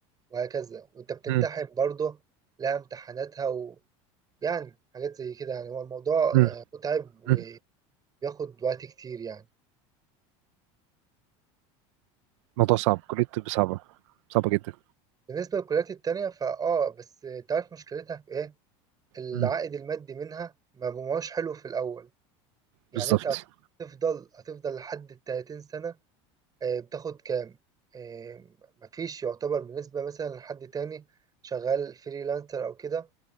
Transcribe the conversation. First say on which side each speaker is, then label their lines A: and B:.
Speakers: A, on the right; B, on the right.
A: وهكذا وانت بتمتحن
B: مم.
A: برضه لها امتحاناتها ويعني حاجات زي كده يعني هو الموضوع
B: مم.
A: آه، متعب
B: مم.
A: وبياخد وقت كتير يعني
B: موضوع صعب كلية الطب صعبة صعبة جدا
A: بالنسبة للكليات التانية فآه بس آه، تعرف مشكلتها في ايه؟ العائد
B: مم.
A: المادي منها ما بقاش حلو في الأول يعني
B: بالظبط
A: انت هتفضل هتفضل لحد التلاتين سنة آه، بتاخد كام؟ آه، مفيش يعتبر بالنسبة مثلا لحد تاني شغال فريلانسر أو كده